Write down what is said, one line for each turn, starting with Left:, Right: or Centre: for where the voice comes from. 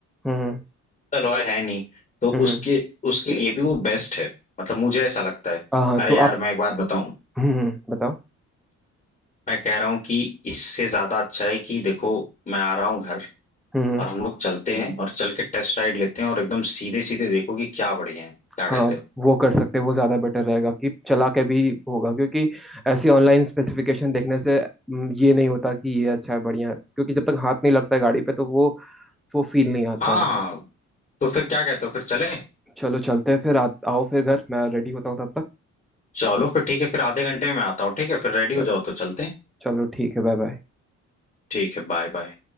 Centre: हम्म
Left: अलॉय है नहीं तो
Centre: हम्म,
Left: उसके
Centre: हम्म,
Left: उसके लिए भी वो बेस्ट है मतलब मुझे ऐसा लगता है
Centre: हाँ हाँ,
Left: अरे
Centre: तो आप
Left: यार मैं एक बात बताऊं
Centre: हम्म हम्म, बताओ
Left: मैं कह रहा हूँ कि इससे ज्यादा अच्छा है कि देखो मैं आ रहा हूँ घर
Centre: हम्म हम्म।
Left: और हम लोग चलते हैं और चल के टेस्ट राइड लेते हैं और एकदम सीधे सीधे देखो कि क्या बढ़िया है क्या
Centre: हाँ
Left: कहते हो
Centre: वो कर सकते हैं वो ज़्यादा बेटर रहेगा कि चला के भी होगा क्योंकि ऐसी ऑनलाइन स्पेसिफिकेशन देखने से हम्म, ये नहीं होता कि ये अच्छा है बढ़िया है क्योंकि जब तक हाथ नहीं लगता है गाड़ी पे तो वो वो फील नहीं आता
Left: हाँ
Centre: है
Left: हाँ तो फिर क्या कहते हो फिर चलें
Centre: चलो चलते हैं फिर आ, आओ फिर घर मैं रेडी होता हूँ तब
Left: चलो फिर ठीक है फिर आधे घंटे में आता हूँ ठीक है फिर रेडी हो
Centre: तक
Left: जाओ तो चलते हैं
Centre: चलो ठीक है बाय बाय
Left: ठीक है बाय बाय